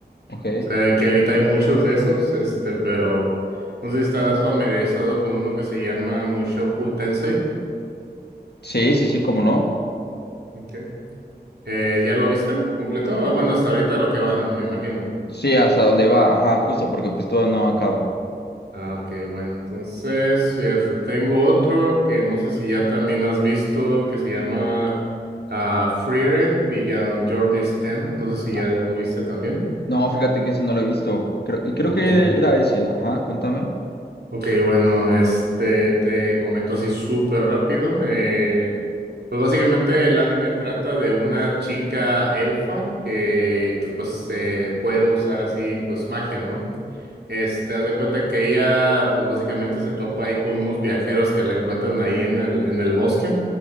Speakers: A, on the left; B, on the right.
A: Ok.
B: O sea, que ahorita hay muchos de esos, este, pero no sé si estás familiarizado con uno que se llama Mushoku Tensei.
A: Sí, sí, sí, cómo no.
B: Ok. Eh, ¿ya lo viste completo? Ah, bueno, hasta ahorita lo que va, ¿no? Me imagino.
A: Sí, hasta dónde va, ajá, justo, porque pues todo no acaba.
B: Ah, ok, bueno, entonces, fíjate, tengo otro que no sé si ya también has visto, que se llama ah, Frieren Beyond Journey's End. No sé si
A: Ah,
B: ya lo viste también.
A: No, fíjate que ese no lo he visto, creo, y creo
B: Ok,
A: que era ese, ajá, cuéntame.
B: ok, bueno, este, te comento así súper rápido. Eh, pues básicamente el anime trata de una chica elfa que, que pues eh, puede usar así pues magia, ¿no? Este, haz de cuenta que ella, pues básicamente se topa ahí con unos viajeros que la encuentran ahí en el, en el bosque